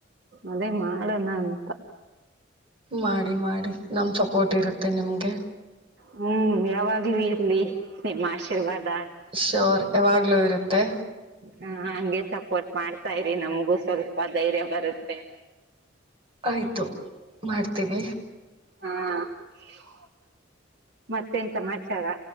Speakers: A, on the right; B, on the right.
A: ಅದೇ ಮಾಡೋಣ ಅಂತ
B: ಮಾಡಿ ಮಾಡಿ. ನಮ್ ಸಪೋರ್ಟ್ ಇರುತ್ತೆ ನಿಮ್ಗೆ
A: ಹ್ಮ್ ಯಾವಾಗ್ಲೂ ಇರ್ಲಿ ನಿಮ್ಮ ಆಶೀರ್ವಾದ.
B: ಶೋರ ಯಾವಾಗ್ಲೂ ಇರುತ್ತೆ.
A: ಹಾ ಹಂಗೆ ಸಪೋರ್ಟ್ ಮಾಡ್ತಾ ಇರಿ ನಮ್ಗೂ ಸ್ವಲ್ಪ ಧೈರ್ಯ ಬರುತ್ತೆ.
B: ಆಯಿತು ಮಾಡ್ತೀವಿ.
A: ಹ್ಮ ಮತ್ತೇನ ಸಮಾಚಾರ?